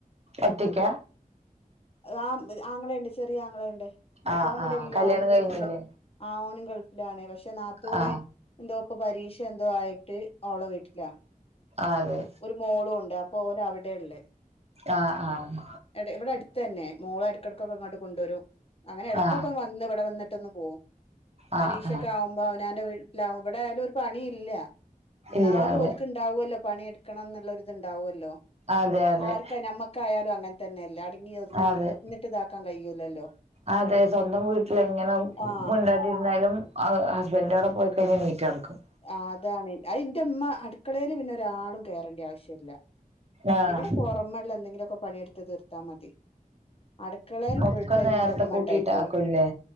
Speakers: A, on the right; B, on the left.
A: ഒറ്റക്ക
B: ആ ആങ്ങളെണ്ട് ചെറിയ ആങ്ങളെണ്ട്
A: ആ
B: ചോബിടില്ല
A: ആ കല്യാണം
B: അവന്
A: കഴിഞ്ഞില്ലേ
B: ഗൾഫിലാ ആഹ് ഓനും ഗൾഫിലാണ് പക്ഷെ നാത്തുവിനെ
A: ആ
B: എന്തോ ഇപ്പ പരീക്ഷ എന്തോ ആയിട്ട് ഓള വീട്ടില്ല
A: അതെ
B: ഒരു മോളും ഉണ്ട് അപ്പൊ ഓര അവിടെയള്ളേ
A: ആഹ് ആഹ്
B: ഇവിടെ അടുത്ത് തന്നെ മോളോ ഇടക്കിടക്കൊക്കെ അങ്ങോട്ട് കൊണ്ടുവരും അങ്ങനെ ഇടക്കൊക്കെ
A: ആ
B: വന്ന് ഇവിടെ വന്ന് പട്ടന്ന് പോകും
A: ആ
B: പരീക്ഷൊക്കെ
A: ആ
B: ആകുമ്പോ അവനന്റെ വീട്ടിലാവുമ്പോ ഇവിടെ ആയാലും ഒരു പണിയില്ല
A: ഇല്ല
B: നാലും
A: അതെ
B: ഓരുക്ക് ഉണ്ടാവുമല്ലോ പണിയെടുക്കണം എന്നുള്ളഒരിത് ഇത്ണ്ടാവുമല്ലോ
A: അതെ അതെ
B: ആർക്ക ക നമ്മക്കായാലും അങ്ങനെ തന്നെല്ലേ അടങ്ങി ഒതുങ്ങി
A: അതെ
B: ഇന്നിട്ടതാക്കാൻ കഴിയൂല്ലല്ലോ
A: അതെ സ്വന്തം വീട്ടില എങ്ങനെ
B: ആഹ്
A: മിണ്ടാട്ടിരുന്നാലും ഹസ്ബൻഡന്റൊടെ പോയി കഴിഞ്ഞ് മീറ്റ് നടക്കും
B: ആഹ് അതാണ് അ ഇന്റെ അമ്മ അടുക്കളയില് പിന്നെ ഒരാളും കേയറേണ്ടി ആവശ്യമില്ല
A: ആഹ്
B: ഇവിടെ പുറമെള്ള എന്തെങ്കിലുമൊക്കെ പണിയെടുത്ത് തീർത്താ മതി അടുക്കളയിൽ ഫുൾടൈം
A: ഒക്കെ നേരത്തെ
B: ന്റെ അമ്മ
A: കൂട്ടിട്ടാക്കുംല്ലേ
B: ഉണ്ടായിക്കോളും